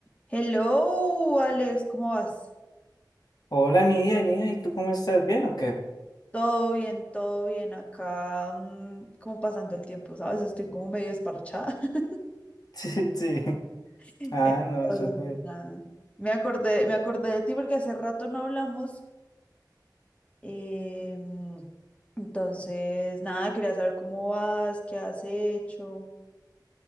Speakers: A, on the left; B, on the left.
A: Hello, Alex, ¿cómo vas?
B: Hola Nidia, Nidia, ¿y tú cómo estás? ¿Bien o qué? <laughs>
A: Todo bien, todo bien acá, mm, como pasando el tiempo, ¿sabes? Estoy como medio desparchada. <laughs>
B: Sí, sí.
A: Entonces,
B: Ah, no, súper.
A: nada. Me acordé, me acordé de ti porque hace rato no hablamos. eh, entonces, nada, quería saber cómo vas, qué has hecho.